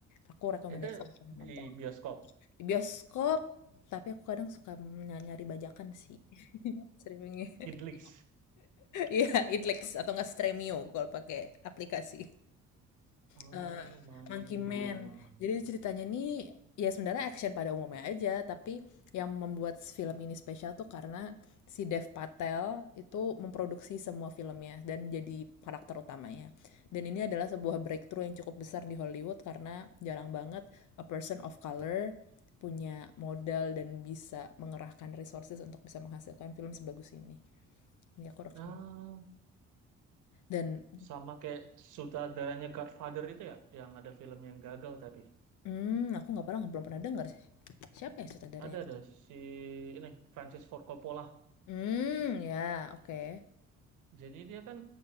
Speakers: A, on the left; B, on the right.
A: Aku rekomendasi
B: Itu di
A: nonton.
B: bioskop.
A: Di bioskop, tapi aku kadang suka ny- nyari bajakan sih. Streaming. <laughs>
B: Idlix.
A: Iya, Idlex atau enggak Stremio kalau pakai aplikasi.
B: Oh,
A: eh
B: Monkey
A: Monkey Man.
B: Man.
A: Jadi ceritanya nih ya sebenarnya action pada umumnya aja, tapi yang membuat film ini spesial tuh karena si Dev Patel itu memproduksi semua filmnya dan jadi karakter utamanya. Dan ini adalah sebuah breakthrough yang cukup besar di Hollywood karena jarang banget a person of color punya modal dan bisa mengerahkan resources untuk bisa menghasilkan film sebagus ini. Ini aku rekam.
B: Nah,
A: Dan
B: sama kayak sutradaranya Godfather itu ya, yang ada film yang gagal tapi
A: mmm, aku nggak pernah belum pernah dengar sih. Siapa ya sutradaranya?
B: ada ada si ini Francis Ford Coppola.
A: Hmm ya, oke.
B: Jadi dia kan